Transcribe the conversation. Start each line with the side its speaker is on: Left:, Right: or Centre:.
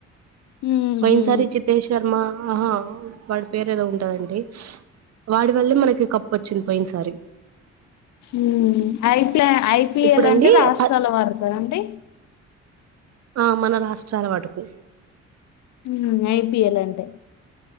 Left: ఉహు
Right: పోయిన సారి జితేష్ శర్మ ఆ హా వాడి పేరు ఏదో ఉంటదండి వాడి వల్లే మనకి కప్పు వచ్చింది పోయినసారి.
Left: మ్మ్ ఐప్లే ఐ పి
Right: ఇప్పుడండి
Left: ఎల్ అంటే రాష్
Right: ప
Left: ష్టాలవారు <unintelligible>
Right: ఆ మన రాష్ట్రాల వాటికి
Left: మ్మ్ ఐ పి ఎల్ అంటే